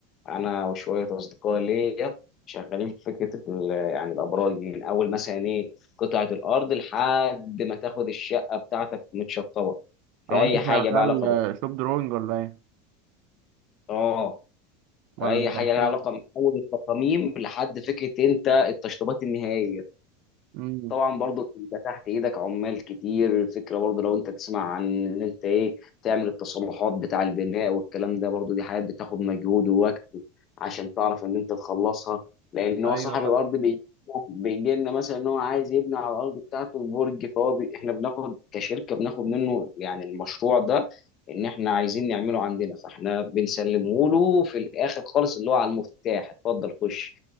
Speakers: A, on the left; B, on the right.
A: انا وشويه اصدقاء ليا شغالين في فكره ال- يعني الابراج دي. من اول مثلا ايه قطعه الارض لحد ما تاخد الشقه بتاعتك متشطبه في
B: أو
A: اي
B: أنت
A: حاجه
B: شغال
A: بقى علاقه
B: آه،
A: بال-
B: شوب دروينج ولا إيه؟
A: اه
B: ولا
A: في اي حاجه
B: تنفيذ؟
A: لها علاقه من اول التصاميم لحد فكره انت التشطيبات النهائيه
B: امم
A: طبعا برضو انت تحت ايدك عمال كتير الفكره برضو لو انت تسمع عن ان انت ايه تعمل التصلحات بتاع البناء والكلام ده برضو دي حاجات بتاخد مجهود ووقت عشان تعرف ان انت تخلصها لان هو
B: أيوه
A: صاحب
B: طبعا
A: الارض بي- بيجي لنا مثلا ان هو عايز يبني على الارض بتاعته البرج فهو بي... احنا بناخد كشركه بناخد منه يعني المشروع ده ان احنا عايزين نعمله عندنا فاحنا بنسلمه له في الاخر خالص اللي هو على المفتاح اتفضل خش